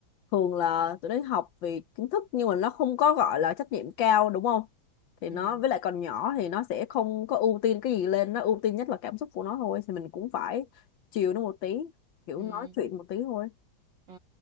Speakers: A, on the left; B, on the right.
A: thường là tụi nó đi học vì kiến thức nhưng mà nó không có gọi là trách nhiệm cao đúng không? Thì
B: ừ
A: nó với lại còn nhỏ thì nó sẽ không có ưu tiên cái gì lên, nó ưu tiên nhất là cảm xúc của nó thôi thì mình cũng phải chiều nó một tí, kiểu
B: ừ
A: nói chuyện một tí thôi.
B: ừ